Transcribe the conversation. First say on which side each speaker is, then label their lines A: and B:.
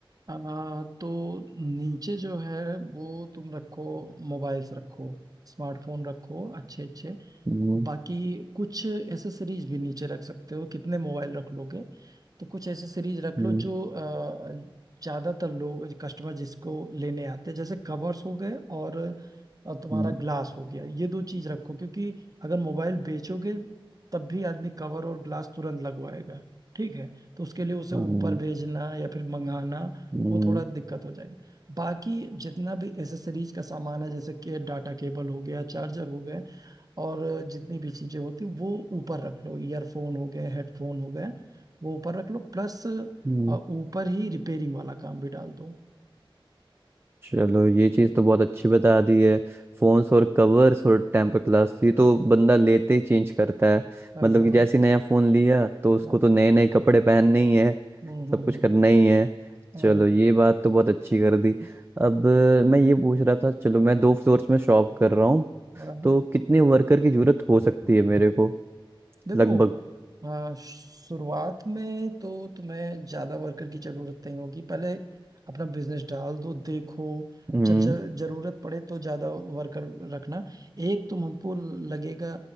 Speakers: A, on the right; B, on the right.
A: हम्म। आ, तो नीचे जो है वो तुम रखो मोबाइल्स रखो स्मार्टफोन रखो अच्छे अच्छे
B: हम्म,
A: बाकी कुछ एसेसरीज भी नीचे रख सकते हो कितने मोबाइल रख लोगे तो कुछ ऐसे सीरीज रख
B: हम्म,
A: लो जो अ, ज्यादातर लोग कस्टमर जिसको लेने आते हैं जैसे कवर्स हो गए और अ, तुम्हारा
B: हम्म,
A: ग्लास हो गया ये दो चीज रखो क्योंकि अगर मोबाइल बेचोगे तब भी आदमी कवर और ग्लास तुरंत लगवाएगा ठीक है तो उसके लिए उसे
B: हम्म,
A: ऊपर भेजना या फिर मंगाना
B: हम्म,
A: वो थोड़ा दिक्कत हो जाएगी बाकी जितना भी एसेसरीज का सामान है जैसे कि डाटा केबल हो गया चार्जर हो गए और जितनी भी चीजें होती वो ऊपर रख लो ईयरफोन हो गए हेडफोन हो गए वो ऊपर रख लो प्लस अ,
B: हम्म,
A: ऊपर ही रिपेयरिंग वाला काम भी डाल दो
B: चलो ये चीज़ तो बहुत अच्छी बता दी है फोन्स और कवर्स और टेम्पर ग्लास ये तो बंदा लेते ही चेंज करता है
A: हाँ
B: मतलब
A: हाँ
B: कि जैसे ही नया फोन लिया तो उसको
A: हाँ।
B: तो नए नए कपड़े पहनने ही है
A: हम्म
B: सब
A: हम्म
B: कुछ
A: हम्म
B: करना ही है चलो
A: हाँ,
B: ये बात तो बहुत अच्छी कर दी अब अ, मैं ये पूछ रहा था चलो मैं दो फ्लोर्स में शॉप कर रहा हूँ
A: बराबर।
B: तो कितने वर्कर की जरूरत हो सकती है मेरे को
A: देखो
B: लगभग
A: आ, शुरुआत में तो तुम्हें ज्यादा वर्कर की जरूरत नहीं होगी पहले अपना बिजनेस डाल दो देखो
B: हम्म
A: जब ज- जरूरत पड़े तो ज्यादा वर्कर रखना एक तो हमको लगेगा